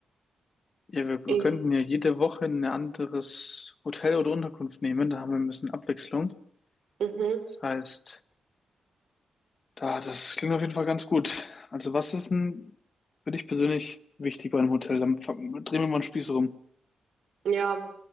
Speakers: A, on the left (about 40°); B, on the right (about 75°).
A: Ja, wir,
B: irgendwie,
A: wir könnten ja jede Woche ein anderes Hotel oder Unterkunft nehmen. Da haben wir ein bisschen Abwechslung.
B: mhm,
A: Das heißt, da, das klingt auf jeden Fall ganz gut. Also, was ist denn für dich persönlich wichtig bei einem Hotel? Dann fang- drehen wir mal einen Spieß rum.
B: ja.